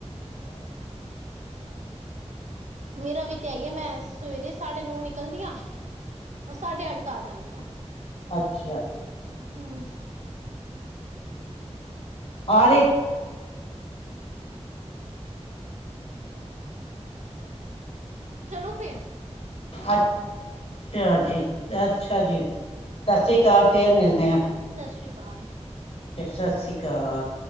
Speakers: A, on the left; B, on the right.
A: ਬਸ
B: ਮੇਰਾ ਵੀ ਤੇ ਆਈ ਹੈ ਮੈਂ ਸਵੇਰੇ ਸਾਢੇ ਨੌ ਨਿਕਲਦੀ ਹਾਂ ਉਹ ਸਾਡੇ
A: ਅੱਛਾ
B: ਅਡਕਾਰ ਆਦੀਆਂ
A: ਅੱਛਾ
B: ਹੂੰ
A: ਆ ਰੇ
B: ਚਲੋ ਫਿਰ।
A: ਅੱ ਟਾ ਜੀ, ਅੱਛਾ ਜੀ, ਸਤਿ ਸ੍ਰੀ ਕਾਲ। ਫੇਰ ਮਿਲਦੇ ਆ।
B: ਸਤਿ ਸ਼੍ਰੀ ਅਕਾਲ।
A: ਠੀਕ ਹੈ ਸਸ੍ਰੀ ਕਾਲ।